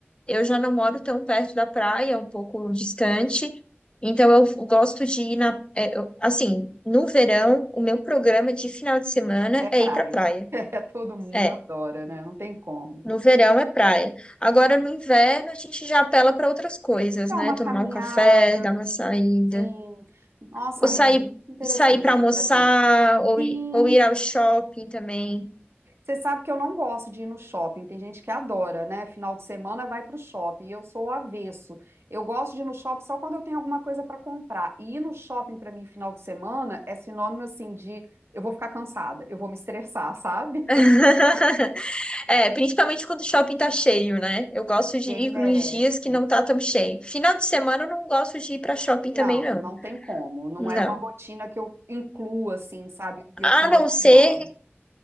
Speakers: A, on the left; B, on the right.
A: eu já não moro tão perto da praia, um pouco distante. Então eu gosto de ir na, é, eu- assim, no verão, o meu programa de final de semana
B: é
A: é
B: praia.
A: ir pra praia.
B: <laughs> É, todo mundo
A: É,
B: adora, né? Não tem como.
A: no verão é praia. Agora no inverno a gente já apela para outras coisas,
B: Dar
A: né?
B: uma
A: Tomar
B: caminhada,
A: um café, dar uma saída,
B: sim. Nossa,
A: ou
B: amiga,
A: sair,
B: muito interessante
A: sair para almoçar,
B: você fazer.
A: ou
B: Sim.
A: ir, ou ir ao shopping também.
B: Você sabe que eu não gosto de ir no shopping. Tem gente que adora, né? Final de semana vai pro shopping. E eu sou o avesso. Eu gosto de ir no shopping só quando eu tenho alguma coisa para comprar. E ir no shopping para mim final de semana é sinônimo assim de eu vou ficar cansada, eu vou me estressar, sabe?
A: <laughs> É, principalmente quando o shopping tá cheio, né? Eu gosto
B: <laughs>
A: de
B: Ninguém
A: ir
B: merece.
A: nos dias que não tá tão cheio. Final de semana eu não gosto de ir pra shopping
B: Não,
A: também, não.
B: não tem como. Não
A: Não.
B: é uma rotina que eu incluo assim, sabe, no meu
A: A
B: final
A: não
B: de
A: ser,
B: semana.